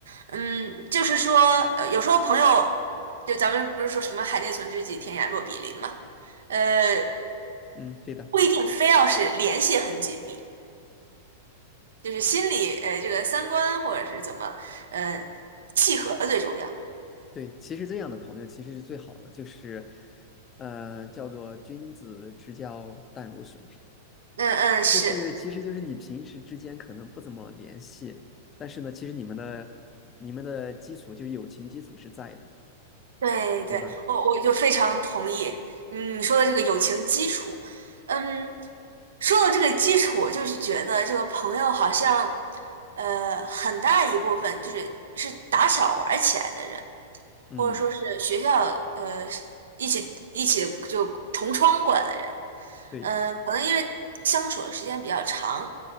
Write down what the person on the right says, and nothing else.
嗯，就是说，呃，有时候朋友，就咱们不是说什么“海内存知己，天涯若比邻”嘛，呃，
不一定非要是联系很紧密，就是心里，呃，这个三观或者是怎么，嗯、契合最重要。
嗯嗯，是，
对对，
我我就非常同意，嗯，你说的这个友情基础，嗯，说到这个基础，我就是觉得这个朋友好像，呃，很大一部分就是是打小玩儿起来的人。
或者说是学校呃是一起一起就同窗过来的人，
嗯，可能因为相处的时间比较长，